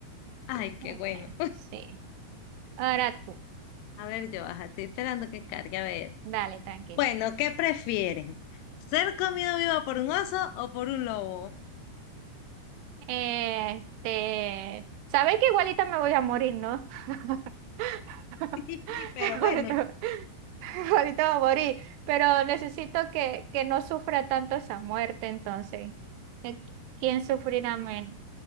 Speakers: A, on the left; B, on the right.
A: Ay,
B: Bueno,
A: qué bueno.
B: bien, Sí. Ahora tú,
A: A ver, yo baja, estoy esperando que cargue a ver.
B: dale, tranquila.
A: Bueno, ¿qué prefieren? ¿Ser comido vivo por un oso o por un lobo?
B: Eh, Este, sabes que igualita me voy a morir, ¿no? <laughs>
A: <laughs> Pero
B: Igualita,
A: bueno.
B: igualita voy a morir, pero necesito que, que no sufra tanto esa muerte, entonces. Eh, ¿Quién sufrirá menos?